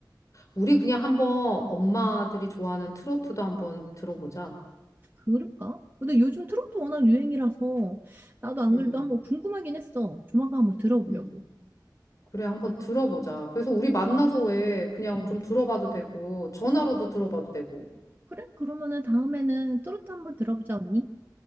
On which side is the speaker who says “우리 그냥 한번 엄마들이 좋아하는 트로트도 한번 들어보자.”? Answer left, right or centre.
Left